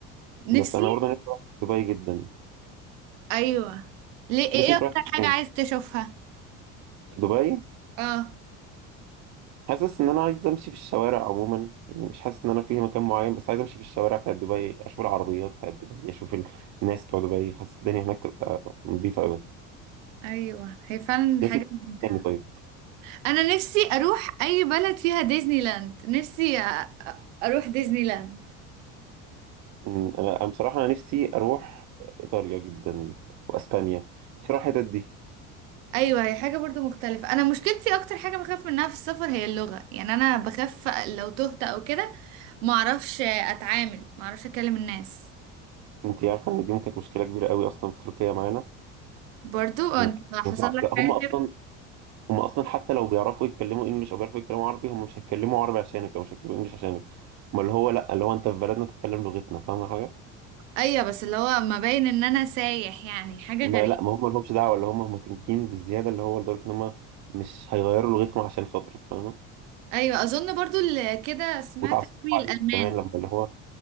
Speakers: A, on the right; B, on the right.
A: نفسي
B: بس انا برضه نفسي اروح دبي جدا
A: ايوه ليه ايه
B: نفسي
A: ايه
B: تروح
A: اكتر حاجة
B: فين
A: عايز تشوفها
B: دبي
A: اه
B: حاسس ان انا عايز امشي في الشوارع عموما يعني مش حاسس ان انا فيه مكان معين بس عايز امشي في الشوارع بتاعت دبي اشوف العربيات بتاعت دبي اشوف ال- الناس بتوع دبي حاسس الدنيا هناك تبقى نظيفه قوي
A: ايوه هي فعلا حاجة
B: نفسي
A: ممتعة
B: تاني طيب
A: انا نفسي اروح اي بلد فيها ديزني لاند نفسي أ- أ- اروح ديزني لاند
B: أمم، انا أنا بصراحه انا نفسي اروح ايطاليا جدا واسبانيا بصراحه الحتت دي
A: ايوه هي حاجه برضو مختلفه انا مشكلتي اكتر حاجه بخاف منها في السفر هي اللغه يعني انا بخاف لو تهت او كده ما اعرفش اتعامل ما اعرفش اكلم الناس
B: انت عارفه ان دي ممكن كانت مشكله كبيره قوي اصلا في تركيا معانا
A: برضو انت
B: كانت
A: حصل
B: صعب
A: لك
B: لا هم
A: حاجه
B: اصلا
A: كده
B: هم اصلا حتى لو بيعرفوا يتكلموا انجلش او بيعرفوا يتكلموا عربي هم مش هيتكلموا عربي عشانك او مش هيتكلموا انجلش عشانك ما اللي هو لا اللي هو انت في بلدنا تتكلم لغتنا فاهم حاجه
A: ايوه بس اللي هو ما باين ان انا سايح يعني حاجه
B: ما
A: غريبه
B: لا ما هم مالهمش دعوه اللي هم هم تنكين بالزياده اللي هو لدرجه ان هم مش هيغيروا لغتهم عشان خاطرك فاهمه
A: ايوه اظن برضو اللي كده سمعت
B: ويتعصبوا
A: قوي
B: عليك
A: الالمان
B: كمان لما اللي هو